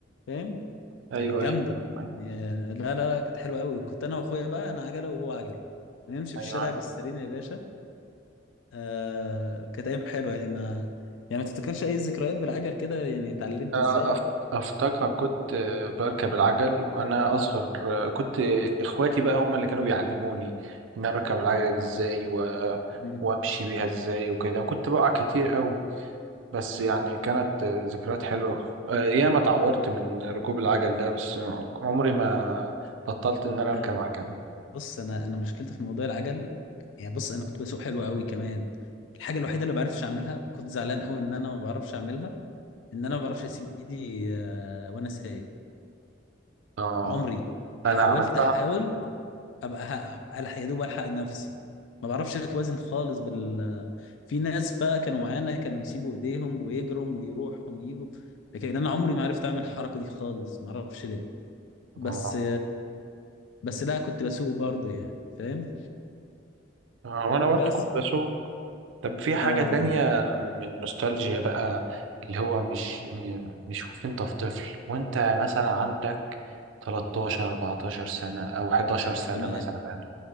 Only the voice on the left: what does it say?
فاهم
كانت جامده
يا- لا لا لا كانت حلوه قوي كنت انا واخويا بقى انا عجله وهو عجله ونمشي
في الشارع
بالسيرينا يا باشا آه كانت ايام حلوه يعني ما يعني ما تفتكرش اي ذكريات بالعجل كده يعني اتعلمت
ازاي
او كده
مم.
آه
بص انا انا مشكلتي في موضوع العجل يعني بص انا كنت بسوق حلو قوي كمان الحاجه الوحيده اللي ما بعرفش اعملها وكنت زعلان قوي ان انا ما بعرفش اعملها ان انا
ما بعرفش اسيب ايدي آه وانا سايق
عمري حاولت
احاول ابقى هقع الحق يا دوب الحق نفسي ما بعرفش اتوازن خالص بال في ناس بقى كانوا معانا كانوا يسيبوا ايديهم ويجروا ويروحوا ويجوا لكن انا عمري ما عرفت اعمل الحركه دي خالص ما اعرفش ليه بس
بس لا كنت بسوق برضو يعني فاهم
بس
اه
تمام